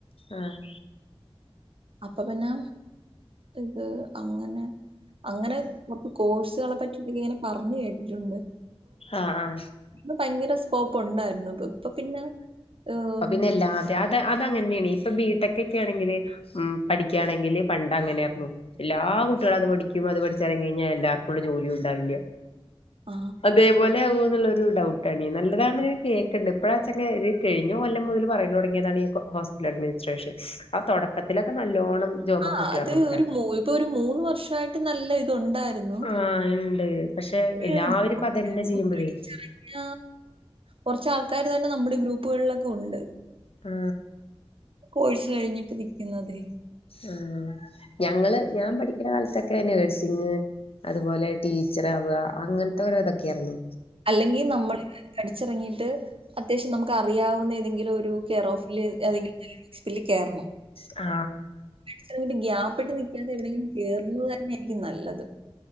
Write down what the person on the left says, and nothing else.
ആഹ്
ആഹ് ആഹ്
അപ്പൊ പിന്നെ എല്ലാവരും അത് അത് അങ്ങനെയാണ് ഇപ്പൊ ബിടെക് ഒക്കെ ആണെങ്കിൽ ഉം പഠിക്കുകയാണെങ്കില് പണ്ട് അങ്ങനൊയിരുന്നു എല്ലാ കുട്ടികള അത് പഠിക്കും അത് പഠിച്ചറങ്ങി കഴിഞ്ഞാൽ എല്ലാർക്കുള്ള ജോലിയും ഉണ്ടാവില്ല
അതേപോലെ ആവു രു ഡൗട്ടാണ് നല്ലതാണെ കേൾക്കണ്ടണ്ട് ഇപ്പോഴാച്ച <unintelligible> കഴിഞ്ഞ കൊല്ലം മുതൽ പറയാൻ തുടങ്ങിയതാണ് ഹോസ്പിറ്റൽ അഡ്മിനിസ്ട്രേഷൻ ആ തുടക്കത്തിലൊക്കെ നല്ലോണം ജോബൊക്കെ
കിട്ടിയാർന്നുത്രേ
ആഹ് ഇണ്ട് പക്ഷെ എല്ലാവരും
ഇപ്പ അതന്നെ ചെയ്യുമ്പോഴേ
ആ
ആ ഞങ്ങൾ ഞാൻ പി ഇൻ്റെ കാലത്തൊക്കെ നേഴ്സിങ് അതുപോലെ ടീച്ചർവുക അങ്ങനത്തെ ഓരോ ഇതൊക്കെയ ആർന്ന്
ആ